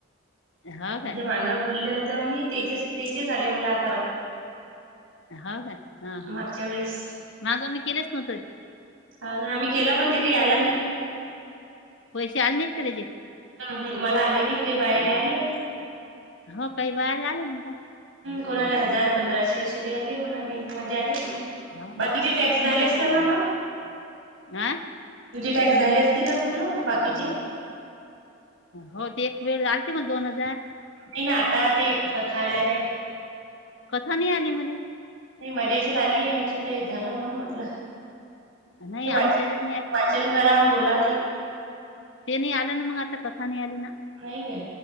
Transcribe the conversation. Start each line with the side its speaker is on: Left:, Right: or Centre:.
Left: हो काय
Right: ज्या मांगा बोलले होते मी त्याचेच त्याचेच आले मला आता
Left: हा का हा हा
Right: मागच्या वेळेस.
Left: माग मी केलेच नव्हत
Right: हो ना आम्ही केलं पण ते काही आलं नाही
Left: पैसे आललेत का त्याचेे
Right: ह मला आले नाही ते बायर आले
Left: हो काही वर आले म्हणता
Right: कोणा आले हजार पंधराशे असे काही आले कोणा आले मजा आलीच नाही
Left: हा
Right: बाकीचे टॅक्स
Left: फक्त
Right: झाले
Left: मला
Right: अस
Left: पैसे-
Right: ना मग
Left: हा
Right: टॅक्स झाले असती ना पूर्ण बाकीची
Left: हो ते एक वेळ झालते मग दोन हजार
Right: नाही ना आता ते कथा आल्या ते
Left: कथा नि आली मला
Right: नाही मज्या याच्यात आलीय आमचं ते झालं म्हणून म्हटलं
Left: नाही
Right: ते वाचन
Left: आमच्या याच्यात नाही आहेत
Right: वाचन
Left: कथा
Right: करा बोला ते
Left: ते नाही आला ना मग आता कथा नाही आली ना
Right: नाहीय